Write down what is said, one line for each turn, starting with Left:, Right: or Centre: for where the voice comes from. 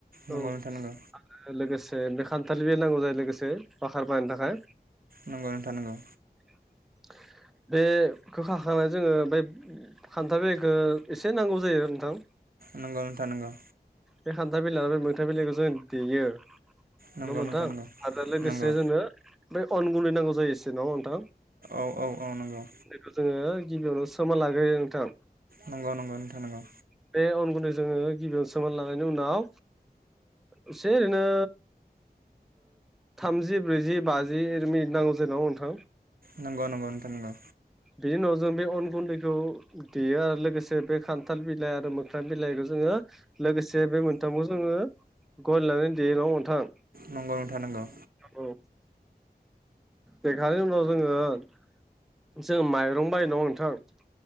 Right: नंगौ
Centre: औ थाङो
Right: नोंथां नंगौ
Centre: लोगोसे बे खान्थाल बिलाइ बे नांगौ जायो लोगोसे बाखार बाहायनो थाखाय।
Right: नंगौ नोंथां नंगौ।
Centre: <inaudible> बेखौ खाखानानै जोङो बे खान्थाल बिलाइखौ एसे नांगौ जायो। नोंथां
Right: नंगौ नोंथां नंगौ।
Centre: बे खान्थाल बिलाय आलो मोखोना बिलाइखौ जों देयो। नङा
Right: नंगौ
Centre: नोंथां
Right: नंगौ
Centre: आरो लोगोसे
Right: नंगौ
Centre: जोंनो बै अन गुन्दै नांगौ जायो एसे नङा नोंथां
Right: औ औ औ नंगौ।
Centre: बेखौ जोङो गिबियावनो सोमना लाग्रोयो नोंथां।
Right: नंगौ नंगौ नोंथां नंगौ।
Centre: बे अन गुन्दै जोङो गिबियावनो सोमना लानायनि उनाव एसे ओरैनो थामजि ब्रैजि बाजि मिनिट नांगौ जेनबा नोंथां।
Right: नंगौ नगौ नोंथां नंगौ।
Centre: बिनि उनाव जों बे अन गुन्दैखौ देयो आरो लोगोसे बे खान्थाल बिलाइ आरो मोखोना बिलाइखौ जोङो लोगोसे बे मोनथामखौ जोङो गल लानानै देयो नङा होनबा नोंथां।
Right: नंगौ नोंथां नंगौ।
Centre: औ। देखांनायनि उनाव जोङो जों माइरं बायो नङा होनबा नोंथां।